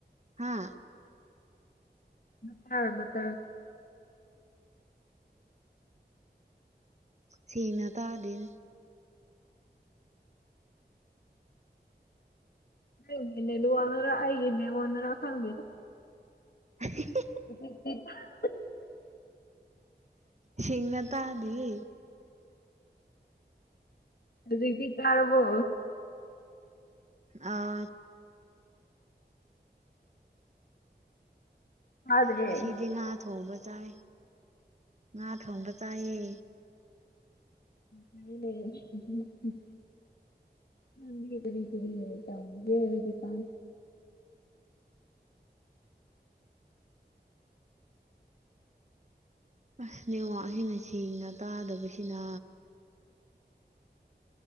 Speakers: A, on the right; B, on the left.
A: ꯍꯥꯥ
B: ꯃꯇꯥꯔ ꯃꯇꯥꯔ
A: ꯁꯦꯡꯅ ꯇꯥꯗꯦꯅꯦ
B: ꯅꯪꯒꯤ ꯅꯦꯋꯥꯛꯅꯔ ꯑꯩꯒꯤ ꯅꯦꯋꯥꯛꯅꯔ ꯈꯪꯗꯦꯗ
A: <inaudible>
B: <unintelligible>
A: ꯁꯦꯡꯅ ꯇꯥꯗꯌꯦ
B: ꯑꯗꯨꯗꯤ ꯇꯥꯔꯕꯣ
A: ꯑꯥ
B: ꯇꯥꯗ꯭ꯔꯦ
A: ꯉꯁꯤꯗꯤ ꯉꯥ ꯊꯣꯡꯕ ꯆꯥꯏ ꯉꯥ ꯊꯣꯡꯕ ꯆꯥꯏꯌꯦ
B: <unintelligible> ꯉꯗꯤ ꯀꯔꯤ ꯀꯔꯤ ꯇꯒꯖꯤ ꯀꯝ
A: ꯑꯁ ꯅꯦꯠꯋꯥꯛꯁꯤꯅ ꯁꯦꯡꯅ ꯇꯥꯗꯕꯁꯤꯅ